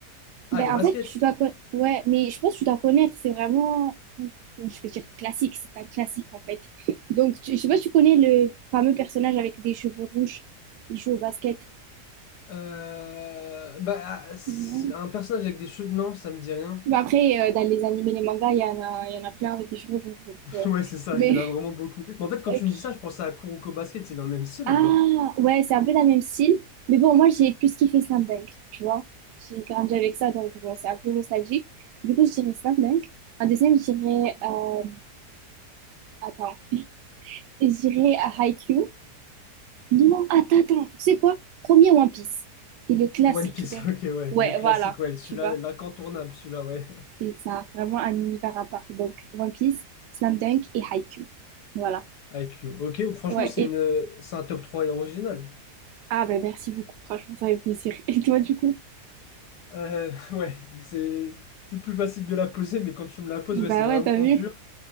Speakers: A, on the left; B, on the right.
A: Ah,
B: Ben,
A: de basket.
B: en fait, tu dois con- ouais, mais je pense que tu dois connaître, c'est vraiment, je vais dire classique, c'est un classique en fait. Donc, tu- je sais pas si tu connais le fameux personnage avec des cheveux rouges, il joue au basket.
A: Euh, bah, ah, c'est
B: Non.
A: un personnage avec des cheveux, non, ça me dit rien.
B: Ben, après, euh, dans les animés, les mangas, il y en a, il y en a plein avec des cheveux rouges. donc,
A: <laughs>
B: euh,
A: Ouais, c'est ça,
B: Mais,
A: il y en a vraiment
B: <laughs>
A: beaucoup. Mais en fait, quand
B: ok.
A: tu me dis ça, je pense à Kuroko Basket, c'est dans le même style
B: Ah,
A: ou pas?
B: ouais, c'est un peu dans le même style. Mais bon, moi, j'ai plus kiffé Slam Dunk, tu vois. J'ai grandi avec ça, donc bon, c'est un peu nostalgique. Du coup, je dirais Slam Dunk. Un deuxième, je dirais, euh, attends. J'irai à Haikyuu. Non, attends, attends, tu sais quoi? Premier One Piece. C'est le classique,
A: One Piece,
B: donc.
A: <laughs> ok, ouais,
B: Ouais,
A: le classique,
B: voilà,
A: ouais, celui-là,
B: tu vois.
A: l'incontournable, celui-là, ouais.
B: C'est ça, vraiment un univers à part. Donc, One Piece, Slam Dunk et Haikyuu. Voilà.
A: IQ. Ok, franchement,
B: Ouais,
A: c'est
B: et...
A: une, c'est un top 3 original.
B: Ah ben merci beaucoup, franchement, ça fait plaisir. Et toi, du coup?
A: Euh, <laughs> ouais, c'est c'est plus facile de la poser, mais quand tu me la poses,
B: Bah
A: ouais, c'est vraiment
B: ouais, t'as vu?
A: dur.